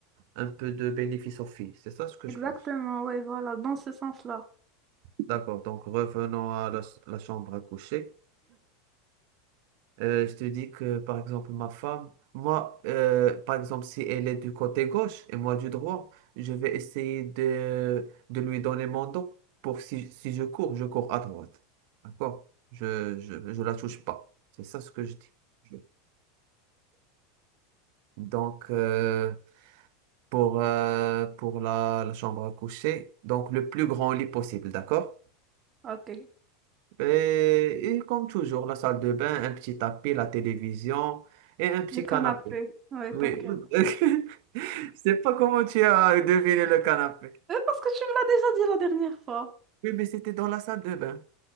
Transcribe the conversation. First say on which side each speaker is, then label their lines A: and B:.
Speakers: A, on the right; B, on the right.
A: un peu de bénéfice aux filles. C'est ça ce que
B: Exactement,
A: je pense.
B: ouais, voilà, dans ce sens-là.
A: D'accord. Donc, revenons à la, la chambre à coucher. Euh, je te dis que, par exemple, ma femme, moi, euh, par exemple, si elle est du côté gauche et moi du droit, je vais essayer de, de lui donner mon dos pour si, si je cours, je cours à droite. D'accord? Je, je, je la touche pas. C'est ça ce que je dis. Je- Donc, euh, pour, euh, pour la, la chambre à coucher, donc le plus grand lit possible, d'accord?
B: Ok.
A: Et, et comme toujours, la salle de bain, un petit tapis, la télévision et un petit
B: Le canapé.
A: canapé.
B: Ouais,
A: Oui.
B: t'inquiète.
A: <laughs> Je sais pas comment tu as deviné le canapé.
B: Euh, parce que tu me l'as déjà dit la dernière fois.
A: Oui, mais c'était dans la salle de bain.